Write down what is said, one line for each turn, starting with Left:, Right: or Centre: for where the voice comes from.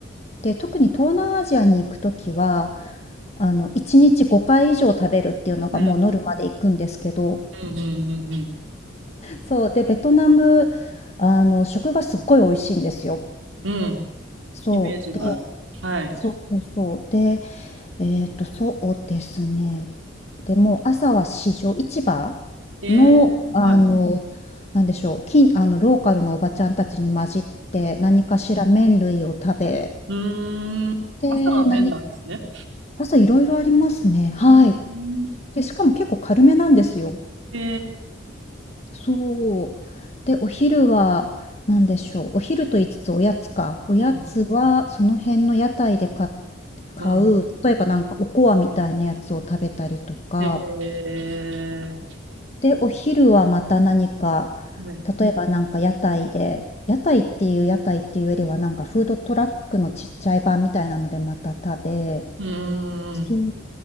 Left: で、特に東南アジアに行くときは、あの、1日5回以上食べるっていうのがもうノルマで行くんですけど、
Right: うん。うん、うん、うん、うん。
Left: そう。で、ベトナム、あの、食がすっごい美味しいんですよ。
Right: うん。
Left: そう。
Right: イメージはある。はい。
Left: そうそうそう。で、えっと、そうですね。でもう朝は市場、市場
Right: えー、
Left: の、あの、
Right: はい。
Left: なんでしょう、近あの、ローカルのおばちゃんたちに混じって何かしら麺類を食べ、
Right: うん。うーん。
Left: で、
Right: 朝は麺なんですね。
Left: 何、朝いろいろありますね。はい。
Right: うーん。
Left: で、しかも結構軽めなんですよ。
Right: え
Left: そう。で、お昼は何でしょう。お昼と言いつつおやつか。おやつはその辺の屋台で買っ
Right: ー、うん。
Left: 買う、
Right: うん。
Left: 例えばなんかおこわみたいなやつを食べたりとか。
Right: え
Left: で、お昼はまた何か、
Right: ー、はい。
Left: 例えばなんか屋台で、屋台っていう屋台っていうよりはなんかフードトラックのちっちゃい版みたいなのでまた食べ、
Right: うーん。
Left: そう